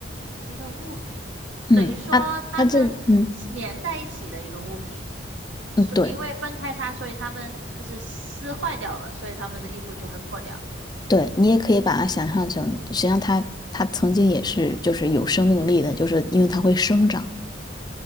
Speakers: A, on the right; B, on the left.
A: 一个物品，
B: 嗯，
A: 等于说他们是粘在一起的一个物品。
B: 他他这，嗯
A: 所因为分开它，
B: 嗯，对
A: 所以他们就是撕坏掉了，所以他们的衣服就会破掉。
B: 对，你也可以把它想象成，实际上他他曾经也是就是有生命力的，就是因为它会生长。